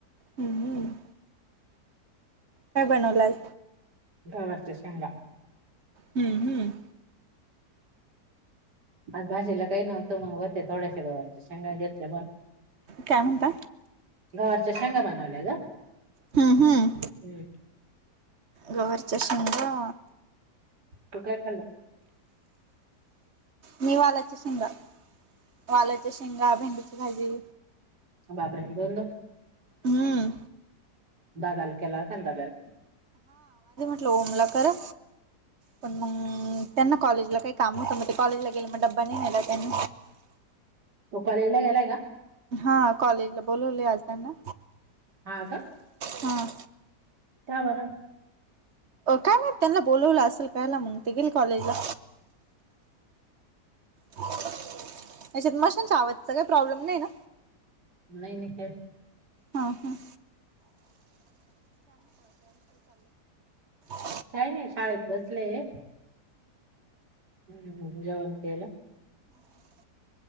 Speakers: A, on the right (about 45°); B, on the right (about 75°).
A: हम् हम. काय बनवलाय.
B: गव्हारचा शेंगा
A: हम्म हम्म
B: आज भाजीला काही नव्हतं मग होते थोड्याश गावरीच्या शेंगा घेत
A: काय म्हणता
B: गव्हारचा शेंगा बनवल्या ग
A: हम् हम्म
B: हम्म.
A: गव्हारचा शेंगा.
B: तू का य खाल्ला
A: मी वाल्याच्या शेंगा वाल्याच्या शेंगा भेंडीची भाजी
B: बापरे बोललो
A: हम्मअ
B: दादाल केला त्यां दादल
A: लोमला करा पण म ग त्यांना कॉलेजला काही काम होतं मग ते कॉलेजला गेलं मग ड्बा नाही नेला त्यांनी
B: तो कॉलेजला गेलाय का
A: हाआ कॉलेजला बोलवले आज त्यांना
B: हा का
A: हा
B: का बरं
A: अ काय म्हाईत त्यांना बोलवलं असेल कायला म्हगते गेल कॉलेजला ह्याच्छा त मशिनच्या आवाजाच काही प्रॉब्लेम नाही ना
B: नाही नाही कायं.
A: हम हम <unintelligible> <inaudible>
B: काही नाही शाळेत बसलेए ए हम् ह्म जेवण केल.